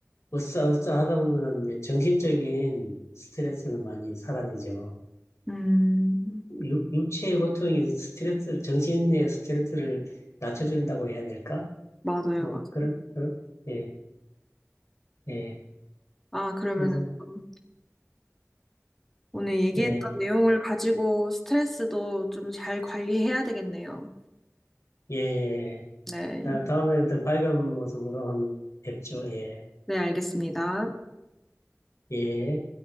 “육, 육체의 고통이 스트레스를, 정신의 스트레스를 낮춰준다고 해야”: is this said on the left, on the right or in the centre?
Left